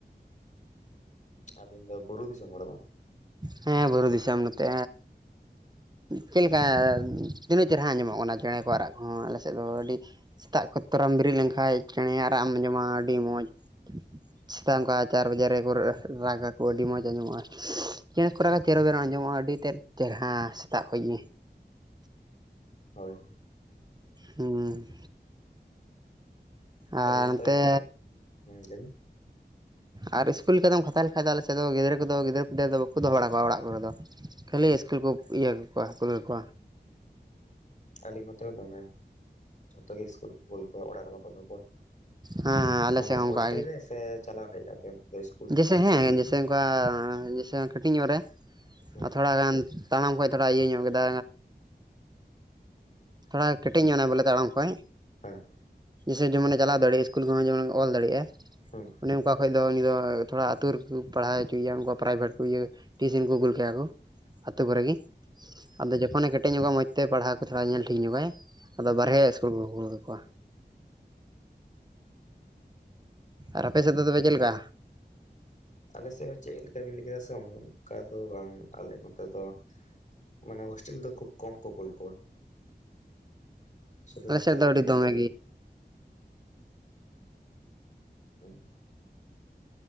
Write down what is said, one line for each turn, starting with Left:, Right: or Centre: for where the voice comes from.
Left: ᱟᱵᱤᱱ ᱫᱚ ᱵᱩᱨᱩ ᱫ ᱫᱤᱥᱚᱢ ᱦᱚᱲ ᱵᱟᱝ?
Right: ᱦᱮᱸ ᱵᱩᱨᱩ ᱫᱤᱥᱚᱢ ᱱᱚᱛᱮ, ᱪᱮᱫ ᱞᱮᱠᱟ ᱛᱤᱱᱟᱹᱜ ᱪᱮᱨᱦᱟ ᱟᱸᱡᱚᱢᱚᱜ ᱠᱟᱱᱟ ᱪᱮᱬᱮ ᱠᱚ ᱨᱟᱜ ᱠᱚᱦᱚᱸ ᱟᱞᱮ ᱥᱮᱫ ᱫᱚ ᱟᱹᱰᱤ ᱥᱮᱛᱟᱜ ᱠᱚ ᱛᱚᱨᱟᱢ ᱵᱮᱨᱮᱫ ᱞᱮᱱᱠᱟᱱ ᱪᱮᱬᱮᱭᱟᱜ ᱨᱟᱜ ᱮᱢ ᱟᱸᱡᱚᱢᱟ ᱟᱹᱰᱤ ᱢᱚᱸᱡᱽ᱾ ᱥᱮᱛᱟᱜ ᱚᱱᱠᱟ ᱪᱟᱨ ᱵᱟᱡᱮ ᱨᱮᱠᱚ ᱨᱟᱜ ᱟᱠᱚ ᱟᱹᱰᱤ ᱢᱚᱡᱽ᱾ ᱟᱸᱡᱚᱢᱚᱜᱼᱟ᱾ ᱪᱮᱬᱮ ᱠᱚᱨᱮ ᱪᱮᱨᱚ ᱵᱮᱨ ᱟᱸᱡᱚᱢᱚᱜᱼᱟ, ᱟᱹᱰᱤ ᱛᱮᱫ ᱪᱮᱨᱦᱨᱟ ᱥᱮᱛᱟᱜ ᱠᱷᱚᱡ ᱜᱮ᱾
Left: ᱦᱳᱭ
Right: ᱦᱩᱸ᱾ ᱟᱨ
Left: ᱟᱵᱤᱱ ᱚᱱᱛᱮ
Right: ᱱᱚᱛᱮ
Left: ᱜᱮ ᱵᱷᱟᱜᱮ᱾ ᱦᱮᱸ ᱞᱟᱹᱭ ᱵᱤᱱ
Right: ᱟᱨ ᱤᱥᱠᱩᱞ ᱞᱮᱠᱟᱢ ᱠᱷᱛᱷᱟ ᱞᱮᱠᱷᱟᱡ ᱫᱚ ᱟᱞᱮᱥᱮᱫ ᱫᱚ ᱜᱤᱫᱽᱨᱟᱹ ᱠᱚᱫᱚ ᱜᱤᱫᱟᱹᱨ ᱯᱤᱫᱟᱹᱨ ᱫᱚ ᱵᱟᱠᱚ ᱫᱚᱦᱚ ᱵᱟᱲᱟᱣᱟᱲᱟᱜ ᱠᱚᱨᱮ ᱫᱚ᱾ ᱠᱷᱟᱹᱞᱤ ᱤᱥᱠᱩᱞ ᱠᱚ ᱤᱭᱟᱹ ᱠᱟᱠᱚᱣᱟ ᱠᱩᱞ ᱠᱟᱠᱚᱣᱟ᱾
Left: ᱟᱹᱞᱤᱧ ᱱᱚᱛᱚ ᱦᱚᱸ ᱫᱚᱢᱮ ᱡᱷᱚᱛᱚ ᱜᱮ ᱤᱥᱠᱩᱞ ᱠᱚ ᱠᱩᱞ ᱠᱚᱣᱟ ᱚᱲᱟᱜ ᱨᱮ ᱵᱟᱠᱚ ᱫᱚᱦᱚ ᱠᱚᱣᱟ᱾
Right: ᱦᱮᱸ ᱦᱮᱸ ᱟᱞᱮ
Left: ᱢᱟᱱᱮ
Right: ᱥᱮᱫ ᱦᱚᱸ
Left: ᱦᱳᱥᱴᱮᱞ
Right: ᱚᱱᱠᱟ ᱜᱮ
Left: ᱨᱮ ᱥᱮ ᱪᱟᱞᱟᱣ ᱦᱮᱡᱼᱟᱛᱮ ᱤᱥᱠᱩᱞ ᱫᱚ?
Right: ᱡᱮᱭᱥᱮ ᱦᱮᱸ ᱥᱮ ᱚᱱᱠᱟ ᱡᱮ ᱠᱟᱹᱴᱤᱡ ᱧᱚᱜ ᱨᱮ
Left: ᱦᱩᱸ
Right: ᱟᱨ ᱛᱷᱚᱲᱟᱜᱟᱱ ᱛᱟᱲᱟᱢ ᱠᱷᱚᱡ ᱛᱷᱚᱲᱟ ᱤᱭᱟᱹ ᱧᱚᱜ ᱠᱮᱫᱟ᱾ ᱛᱷᱚᱲᱟ ᱠᱮᱴᱮᱡ ᱧᱚᱜᱱᱟ ᱵᱚᱞᱮ ᱛᱟᱲᱟᱢ ᱠᱷᱚᱡ
Left: ᱦᱮᱸ
Right: ᱡᱮᱭᱥᱮ ᱡᱮᱢᱚᱱ ᱫᱟᱲᱮᱜ ᱤᱥᱠᱩᱞ ᱠᱚᱦᱚᱸ ᱡᱮᱢᱚᱱ ᱚᱞ ᱫᱟᱲᱮᱭᱟᱜᱼᱟ᱾
Left: ᱦᱩᱸ
Right: ᱚᱱᱮ ᱚᱱᱠᱟ ᱠᱷᱚᱱ ᱫᱚ ᱩᱱᱤ ᱫᱚ ᱛᱷᱚᱲᱟ ᱟᱹᱛᱩ ᱨᱮᱠᱚ ᱯᱟᱲᱦᱟᱣ ᱚᱪᱚᱭᱮᱭᱟ ᱩᱱᱠᱩ ᱯᱨᱟᱭᱵᱷᱮᱴ ᱠᱚ ᱤᱭᱟᱹ ᱴᱤᱭᱩᱥᱤᱱ ᱠᱚ ᱠᱩᱞ ᱠᱟᱭᱟ ᱠᱚᱼᱟ, ᱟᱹᱛᱩ ᱠᱚᱨᱮ ᱜᱮ᱾ ᱟᱫᱚ ᱡᱚᱠᱷᱚᱱᱮ ᱠᱮᱴᱮᱡ ᱧᱚᱜᱼᱟ᱾ ᱢᱚᱡᱽ ᱛᱮ ᱯᱟᱲᱦᱟᱣ ᱠᱚ ᱛᱷᱚᱲᱟ ᱧᱮᱞ ᱴᱷᱤᱠ ᱧᱚᱜᱟᱭ ᱟᱫᱚ ᱵᱟᱨᱦᱮ
Left: ᱦᱩᱸ
Right: ᱤᱥᱠᱩᱞ ᱠᱚᱠᱚ ᱠᱩᱞ ᱠᱟᱠᱚᱣᱟ᱾ ᱟᱨ ᱟᱯᱮ ᱥᱮᱫ ᱫᱚ ᱛᱚᱵᱮ ᱪᱮᱫ ᱞᱮᱠᱟ᱾
Left: ᱟᱞᱮ ᱥᱮᱫ ᱦᱚᱸ ᱪᱮᱫ ᱞᱮᱠᱟ ᱵᱤᱱ ᱞᱟᱹᱭ ᱠᱮᱫᱟ ᱥᱮ ᱚᱱᱠᱟ ᱫᱚ ᱵᱟᱝ ᱟᱞᱮ ᱱᱚᱛᱮ ᱫᱚ᱾ ᱢᱟᱱᱮ ᱦᱳᱥᱴᱮᱞ ᱫᱚ ᱠᱷᱩᱵ ᱠᱚᱢ ᱠᱚ ᱠᱳᱞ ᱠᱚᱣᱟ᱾ ᱥᱩᱫᱷᱩ
Right: ᱟᱞᱮ ᱥᱮᱫ
Left: ᱪᱟᱞᱟᱣ
Right: ᱫᱚ ᱟᱹᱰᱤ
Left: ᱠᱷᱟᱱᱡ ᱥᱤᱥᱠᱩᱞ
Right: ᱫᱚᱢᱮ
Left: ᱜᱮ᱾ ᱦᱮᱸ᱾